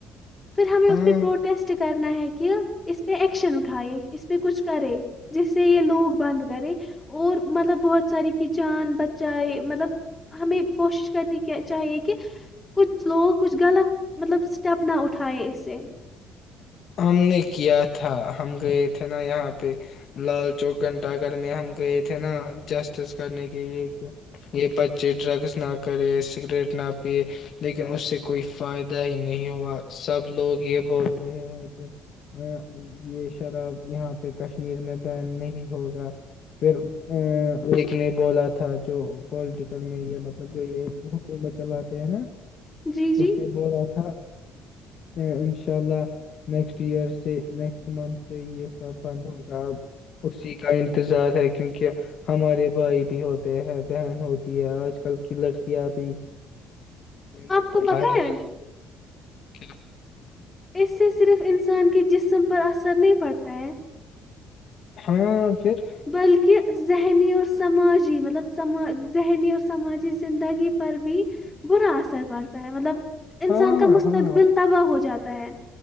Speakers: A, on the left; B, on the left.
A: پھر ہمیں اس
B: ہاں
A: پہ پروٹیسٹ کرنا ہے کہ اس پہ ایکشن اٹھائے اس پہ کچھ کرے جس سے یہ لوگ بند کرے اور مطلب بہت ساری چیزیں جان بچائے مطلب ہمیں کوشش کرنی کے چاہیے کہ کچھ لوگوں کچھ غلط مطلب اسٹیپ نہ اٹھا ھائے ایسے
B: ہم نے کیا تھا ہم گئے تھے نا یہاں پہ لال چوک گھنٹہ گھر میں ہم گئے تھے نا جسٹس کرنے کے لیے کہ یہ بچے ڈرگس نہ کرے سگریٹ نہ پیئے لیکن اس سے کوئی فائدہ ہی نہیں ہوا سب لوگ یہ بول رہے ہیں یہ شراب یہاں پہ کشمیر میں بین نہیں ہوگا پھر ا ایک نے بولا تھا جو پالٹیکل میں یہ مطلب جو یہ حکومت چلاتے ہیں نا
A: جی
B: اس
A: جی
B: نے بولا تھا ہ انشاء اللہ نیکسٹ ایئر سے نیکسٹ منتھ سے یہ سب بند ہوگا ا اسی کا انتظار ہے کیونکہ ہمارے بھائی بھی ہوتے ہیں بہن ہوتی ہے آج کل کی لڑکیاں بھی م م اپ
A: کو
B: ہے <unintelligible>
A: پتہ ہے
B: <inaudible> ٹھیک ہے <unintelligible>
A: اس سے صرف انسان کے جسم پر اثر نہیں پڑتا ہے
B: ہاں پھر
A: بلکہ ذہنی اور سماجی مطلب سما ذہنی اور سماجی زندگی پر بھی برا اثر پڑتا ہے مطلب انسان
B: ہاں
A: کا مستقبل
B: ہاں
A: تباہ ہو جاتا تا ہے